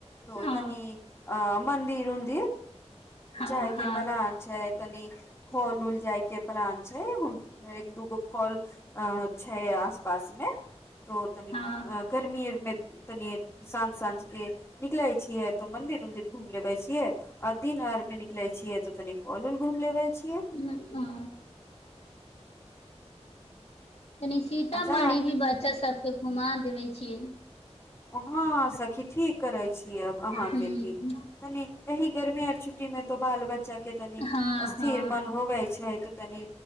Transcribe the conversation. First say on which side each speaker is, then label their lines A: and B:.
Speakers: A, on the left; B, on the left.
A: तै
B: ओ
A: तनी अ मन्दिर उन्दिर
B: हँ
A: जाइके
B: हँ
A: प्लान छै तनी फल उल जाय के प्लान छै एक दूगो फल अ छै आस पास मे तो तनी
B: हँ
A: गर्मी आर मे तनि साँझ साँझ के निकलै छियै तऽ मंदिर उन्दिर घूम लेबे छियै आ दिन आर में निकले छियै तऽ तनी फल उल घुम लेबे छियै
B: ह ओ कनि सीतामढ़ी
A: आ जाट
B: भी बच्चा सबके घुमा देबै छियै
A: हँ सखी ठीक करै छी अहाँके
B: हूँ
A: भी तनी एहि गर्मी आ छु्टीमे तो बाल बच्चा के तनि
B: हँ
A: स्थिर
B: हँ
A: मन होवे छै त तनी